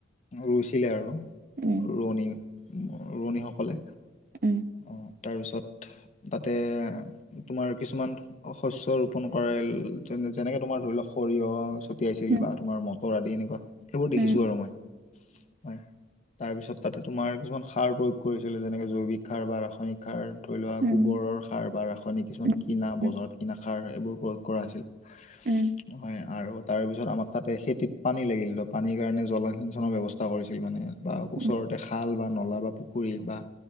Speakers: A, on the left (about 35°); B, on the right (about 50°).
A: ৰুইছিলে আৰু
B: উম
A: ৰোৱনী ৰোৱনীসকলে
B: উম
A: উম তাৰপিছত তাতে তোমাৰ কিছুমান শস্য ৰোপন কৰে যেনে যেনেকে তোমাৰ ধৰি লওক সৰিয়হ ছটিয়াইছিল
B: উম
A: বা তোমাৰ মটৰ আদি এনেকুৱা সেইবোৰ দেখিছো
B: উম
A: আৰু মই হয়। তাৰপিছত তাতে তোমাৰ কিছুমান সাৰ প্ৰয়োগ কৰিছিলে যেনেকে জৈৱিক সাৰ বা ৰাসায়নিক সাৰ ধৰি লোৱা
B: উম
A: গোবৰৰ সাৰ বা ৰাসায়নিক কিছুমান
B: উম
A: কিনা
B: উম
A: বজাৰত কিনা সাৰ এইবোৰ প্ৰয়োগ কৰা হৈছিল।
B: উম
A: হয় আৰু তাৰপিছত আমাক তাতে খেতিত পানী লাগিলতো পানীৰ কাৰণে জলসিঞ্চনৰ ব্যৱস্থা কৰিছিল মানে। বা
B: উম
A: ওচৰতে খাল বা নলা বা পুখুৰী বা